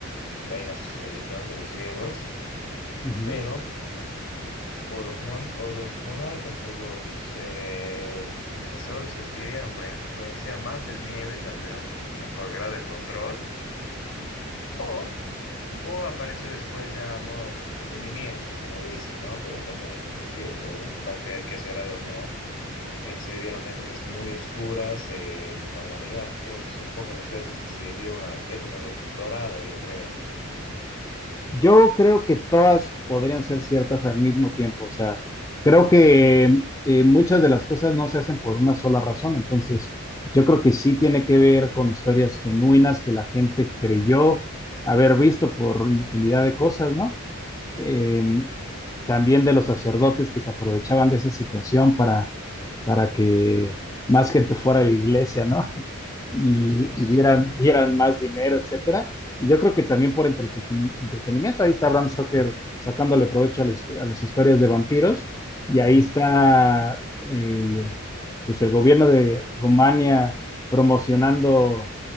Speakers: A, on the left (about 60°); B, on the left (about 15°).
A: De ahí nació su religión de los griegos.
B: ujú.
A: pero o los, mon- o los monarcas o los eh, sacerdotes lo escribieron para influenciar más el miedo y para tener un mejor grado de control, o, o apareció después ya a modo de entretenimiento, como dicen, ¿no? Pero también hay gente que obviamente va a creer que es verdad o no, ya que se vivieron épocas muy oscuras en la humanidad. Creo que son pocas las veces que se vivió una época dorada, yo creo.
B: Yo creo que todas podrían ser ciertas al mismo tiempo, o sea, creo que eh, muchas de las cosas no se hacen por una sola razón, entonces yo creo que sí tiene que ver con historias genuinas que la gente creyó haber visto por infinidad de cosas, ¿no? Eh,
A: Mm,
B: también de los sacerdotes que se aprovechaban de esa situación para, para que más gente fuera a la iglesia, ¿no? y,
A: sí, eso
B: y dieran,
A: sí.
B: dieran más dinero, etcétera. Y yo creo que también por entreten entretenimiento, ahí está Bram Stoker sacándole provecho a, la hist- a las historias de vampiros, y ahí
A: Mm,
B: está el, pues el gobierno de Rumania promocionando